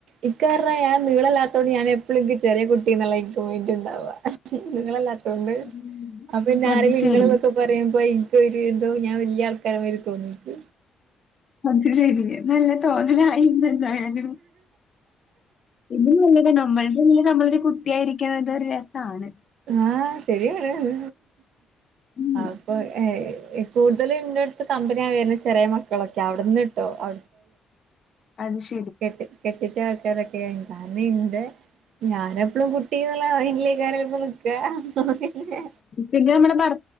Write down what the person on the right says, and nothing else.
ഇക്കാരണം ഞാൻ നീളല്ലാത്തോ ഞൻ എപ്പോഴുക്ക് ചെറിയ കുട്ടിളേക്ക് പോയിട്ട്ണ്ടാവവാുക നിങ്ങളല്ലാത്തൊണ്ട്
ഇപ്പൊ
ഇങ്ങളൊക്കെ പറയുമ്പോ എനക്ക് എന്തോ ഞാൻ വലിയ ആൾക്കാര മാര് തോന്നിണ്ട്
ആഹ ശരിയാണ്
ആ അപ്പൊ കൂടുതലും ഇന്റെ അടുത്ത് കമ്പിനിയ ഞാൻ വരുന്ന ചെറിയ മക്കളൊക്കെ അവിടന്ന്ട്ടോ അ
കെട്ടി കെട്ടിച്ച ആൾക്കാരൊക്കെ ന്താന ഇണ്ട് ഞാന എപ്പഴും കുട്ടിന്നുള്ള അയിന്ലേക്കപ്പ നക്കുക തോന്നല്ലേ